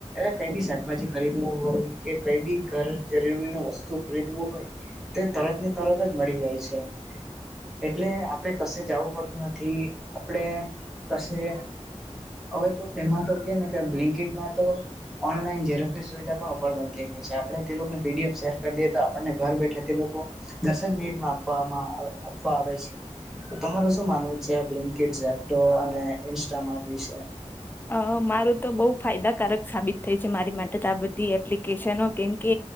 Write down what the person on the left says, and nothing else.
અ મારું તો બહુ ફાયદાકારક સાબિત થઈ છે મારી માટે તો આ બધી એપ્લિકેશનો કેમકે